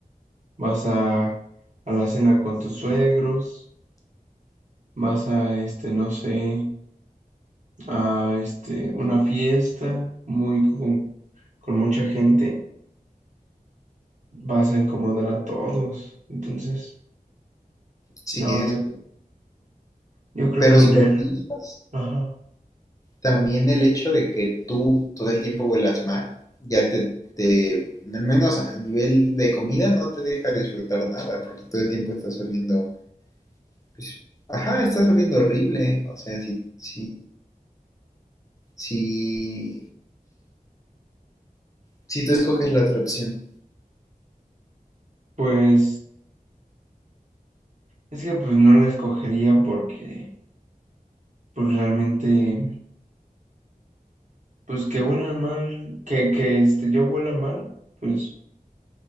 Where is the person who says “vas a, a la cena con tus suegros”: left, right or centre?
Right